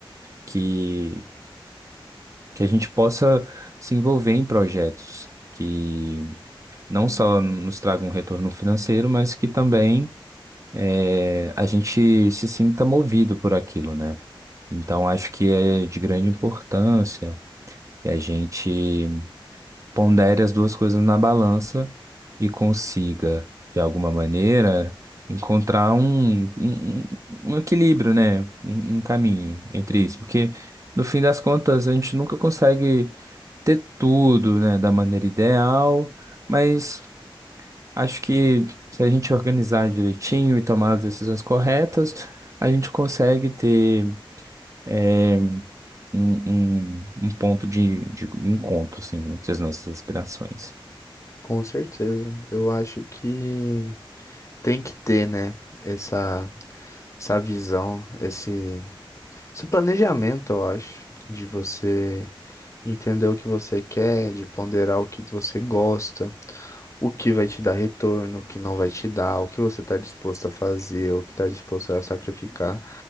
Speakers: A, on the right; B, on the left.
A: que, que a gente possa se envolver em projetos que não só nos tragam um retorno financeiro, mas que também eh, a gente se sinta movido por aquilo, né? Então, acho que é de grande importância que a gente pondere as duas coisas na balança e consiga, de alguma maneira, encontrar um, um, um um equilíbrio, né? Um, um caminho entre isso. Porque, no fim das contas, a gente nunca consegue ter tudo, né, da maneira ideal, mas acho que se a gente organizar direitinho e tomar as decisões corretas, a gente consegue ter. eh, um, um, um ponto de, de encontro, assim, entre as nossas aspirações.
B: Com certeza. Eu acho que Tem que ter, né? Essa, essa visão, esse, esse planejamento, eu acho, de você entender o que você quer, de ponderar o que você gosta, o que vai te dar retorno, o que não vai te dar, o que você está disposto a fazer, o que está disposto a sacrificar,